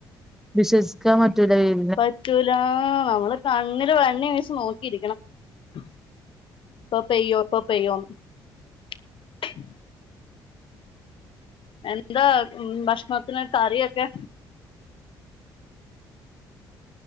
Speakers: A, in the centre; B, on the left.
A: വിശ്വസിക്കാൻ പറ്റൂല വെയ്
B: പറ്റൂലാ നമ്മള് കണ്ണില് വെണ്ണ വീച്ച് നോക്കിയിരിക്കണം. <unintelligible> എന്താ ഭക്ഷണത്തിന് കറിയൊക്കെ